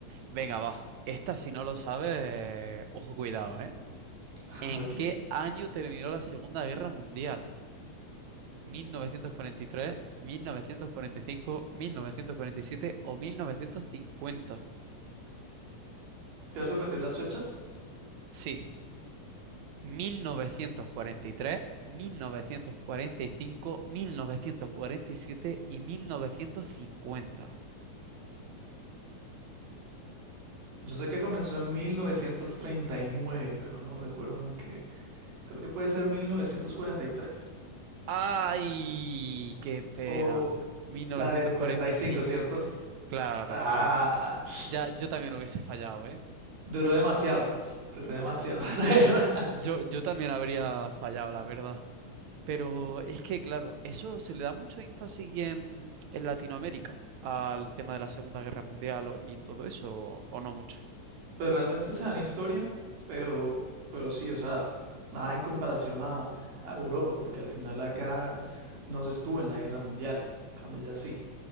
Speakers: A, on the right; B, on the right.
A: Venga, va. Esta, si no lo sabes, ojo, cuidado, ¿eh?
B: <laughs>
A: ¿En
B: Ok.
A: qué año terminó la Segunda Guerra Mundial? Mil mil mil novecientos novecientos novecientos cuarenta cuarenta y y tres, cinco, mil novecientos cuarenta y siete o 1950?
B: ¿Puedes repetir las fechas?
A: Sí, mil novecientos cuarenta y tres, mil mil mil novecientos novecientos novecientos cuarenta cuarenta y y y cinco, siete cincuenta.
B: Yo sé que comenzó en 1939, pero no recuerdo en qué. Creo que puede ser 1943
A: ¡Ay! ¡Qué pena!
B: O
A: Mil novecientos
B: la de
A: cuarenta
B: cuarenta y
A: y
B: cinco,
A: cinco.
B: ¿cierto?
A: Claro,
B: Ah,
A: claro. Ya, yo también hubiese fallado, ¿eh?
B: Duró demasiado, pues, duró demasiado
A: Yo ta-
B: <laughs> esa guerra.
A: Yo, yo también habría fallado, la verdad. Pero es que, claro, eso se le da mucho énfasis en, en Latinoamérica al tema de la Segunda Guerra Mundial o- y todo eso, o, no mucho.
B: Pero realmente se dan historia, pero, pero sí, o sea, nada en comparación a, a Europa, porque al final acá no se estuvo en la guerra mundial, en cambio ya sí.